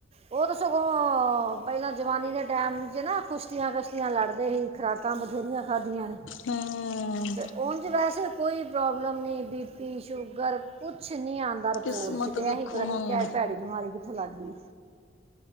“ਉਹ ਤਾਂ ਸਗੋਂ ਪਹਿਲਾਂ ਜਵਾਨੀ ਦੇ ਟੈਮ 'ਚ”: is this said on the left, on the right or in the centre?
Right